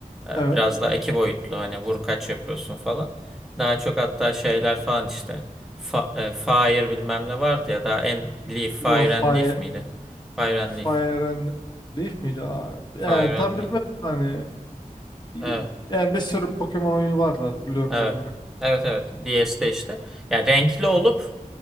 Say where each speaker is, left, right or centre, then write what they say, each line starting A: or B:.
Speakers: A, in the centre; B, on the left.
A: Ee,
B: Evet.
A: Biraz daha iki boyutlu hani vur kaç yapıyorsun falan. Daha çok hatta şeyler falan işte. Fa e, Fire bilmem ne vardı ya daha en Leaf, Fire
B: Biliyorum Fire,
A: and Leaf miydi? Fire and
B: Fire
A: Leaf.
B: and Leaf miydi? Aa, Yani
A: Fire and
B: tam
A: Leaf.
B: bilmedim de hani. e,
A: Evet
B: Yani bir sürü Pokemon oyunu vardı hatırlıyorum
A: evet.
B: onları.
A: Evet evet. DS'de işte. Yani renkli olup